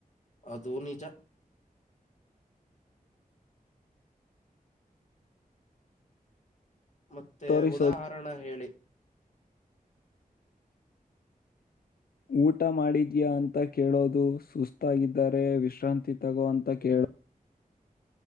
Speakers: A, on the left (about 50°); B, on the left (about 85°).
A: ಅದು ನಿಜ ಮತ್ತೆ
B: ತೋರಿಸೋದು
A: ಉದಾಹರಣ ಹೇಳಿ
B: ಊಟ ಮಾಡಿದ್ಯಾ ಅಂತ ಕೇಳೋದು ಸುಸ್ತಾಗಿದ್ದರೆ ವಿಶ್ರಾಂತಿ ತಗೋ ಅಂತ ಕೇಳ